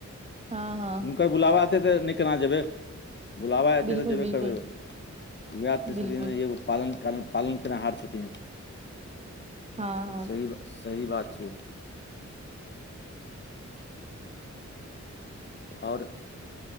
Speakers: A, on the right; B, on the left.
A: हँ हँ।
B: हुनकर बुलावा एते तऽ नै केना जेबै। बुलाबा एतै
A: बिल्कुल
B: तऽ जेबे
A: बिल्कुल
B: करबैए, वैह तऽ
A: बिल्कुल
B: छथिन यो। पालन काल में पालन केनिहार छथिन।
A: हँ हँ
B: सही- सही बात छैियै। और